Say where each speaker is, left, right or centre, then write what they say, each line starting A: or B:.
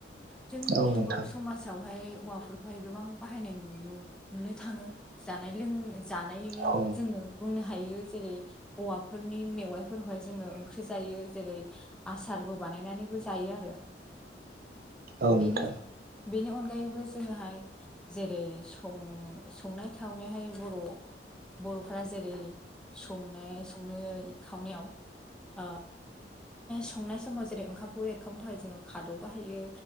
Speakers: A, in the centre; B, on the right (about 55°).
A: जोंनि
B: औ नोंथां
A: बर' समाजावहाय। औवाफोरखौहाय गोबां बाहायनाय नु नुनो थाङो जानाय लों जानायाव
B: औ
A: जोङो बुंनो हायो जेरै औवाफ फोरनि मेवाइफोरखौहाय जोङो ओंख्रि जायो जेरै आसारबो बानायनानैबो जायो आरो। <inaudible>
B: औ
A: बेनि
B: नोंथां।
A: बेनि अनगायैबो जोङोहाय जेरैं संनाय खावनायहाय बर' बर'फोरा जेरै संनो संनो खावनायाव ओ संनाय समाव जेरै ओंखामखौ एरखांनो थाखाय जोङो खादौ बाहायो